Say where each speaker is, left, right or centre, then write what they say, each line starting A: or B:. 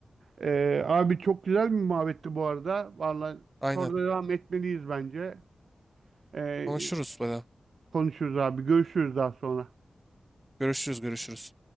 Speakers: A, on the right; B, on the right.
A: Ee, abi çok güzel bir muhabbetti bu arada. Vallahi
B: Aynen.
A: sonra devam etmeliyiz bence. Ee,
B: Konuşuruz böyle.
A: konuşuruz abi. Görüşürüz daha sonra.
B: Görüşürüz, görüşürüz.